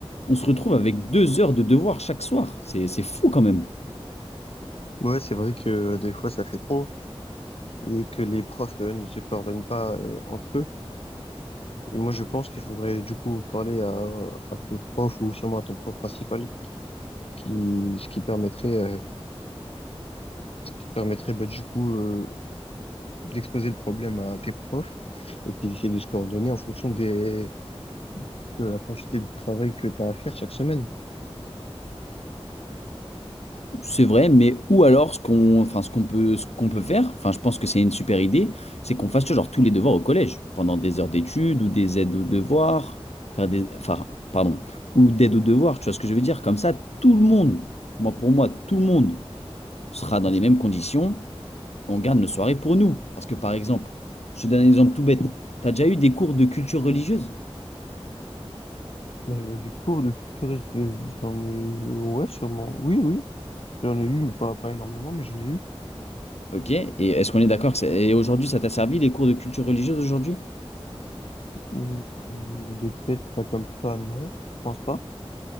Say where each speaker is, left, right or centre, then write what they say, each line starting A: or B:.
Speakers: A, on the left; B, on the left.
A: on se retrouve avec deux heures de devoirs chaque soir. C'est, c'est fou quand même.
B: Ouais, c'est vrai que euh, des fois ça fait trop et que les profs euh, ne se coordonnent pas euh, entre eux. Et moi je pense qu'il faudrait du coup parler à, à tes profs ou sûrement à ton prof principal qui ce qui permettrait euh, ce qui permettrait bah, du coup euh, d'exposer le problème à tes profs et qu'ils essaient de se coordonner en fonction des de la quantité de travail que tu as à faire chaque semaine.
A: C'est vrai, mais ou alors ce qu'on enfin, ce qu'on peut, ce qu'on peut faire, enfin, je pense que c'est une super idée, c'est qu'on fasse tu vois, genre tous les devoirs au collège, pendant des heures d'études ou des aides aux devoirs, faire des, enfin, pardon, ou d'aide aux devoirs, tu vois ce que je veux dire? Comme ça, tout le monde, moi pour moi, tout le monde sera dans les mêmes conditions, on garde nos soirées pour nous. Parce que par exemple, je te donne un exemple tout bête, tu as déjà eu des cours de culture religieuse,
B: Euh, des cours de culture, et- j'en ai eu- ouais sûrement. Oui oui, j'en ai eu mais pas pas énormément mais j'en ai eu.
A: ok? Et est-ce qu'on est d'accord que c'est- et aujourd'hui ça t'a servi les cours de culture religieuse aujourd'hui?
B: Hmm, De tête, pas comme ça, non, je pense pas.